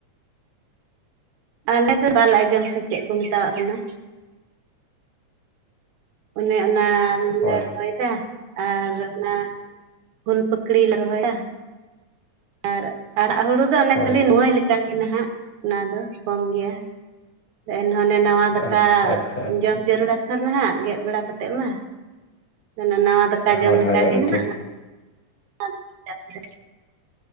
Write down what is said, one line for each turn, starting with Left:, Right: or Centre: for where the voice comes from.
Right: ᱟᱞᱮ ᱫᱚ ᱵᱟᱞ ᱟᱡᱚᱢ ᱥᱮ ᱪᱮᱫ ᱠᱚ ᱢᱮᱛᱟᱣᱟᱜ ᱠᱟᱱᱟ ᱚᱱᱮ ᱚᱱᱟ
Left: ᱦᱳᱭ
Right: ᱞᱮ ᱨᱚᱦᱚᱭ ᱠᱟᱫᱟ ᱟᱨ ᱚᱱᱟ ᱯᱷᱩᱞ ᱯᱟᱹᱠᱲᱤ ᱞᱮ ᱨᱚᱦᱚᱭᱟ ᱟᱨ ᱟᱨᱟᱜ ᱦᱩᱲᱩ ᱫᱚ ᱚᱱᱮ
Left: ᱦᱳᱭ
Right: ᱠᱷᱟᱹᱞᱤ ᱱᱩᱣᱟᱭ ᱞᱮᱠᱟ ᱮᱴᱟᱜ ᱜᱮ ᱱᱟᱦᱟᱜ ᱚᱱᱟ ᱫᱚ ᱠᱚᱢ ᱜᱮᱭᱟ ᱮᱱᱦᱚᱸ ᱚᱱᱮ ᱱᱟᱣᱟ ᱫᱟᱠᱟ
Left: ᱟᱪᱪᱷᱟ ᱟᱪᱪᱷᱟ ᱟᱪᱪᱷᱟ
Right: ᱡᱚᱢ ᱡᱟᱹᱨᱩᱲᱟ ᱛᱚ ᱱᱟᱜ ᱵᱟᱲᱟ ᱠᱟᱛᱮᱫ ᱢᱟ ᱚᱱᱟ ᱱᱟᱣᱟ ᱫᱟᱠᱟ
Left: ᱦᱳᱭ
Right: ᱡᱚᱢ
Left: ᱦᱳᱭ
Right: ᱞᱮᱠᱟᱜᱮ
Left: ᱮᱢ
Right: ᱱᱟᱜ
Left: ᱴᱷᱤᱠ
Right: <inaudible> <unintelligible>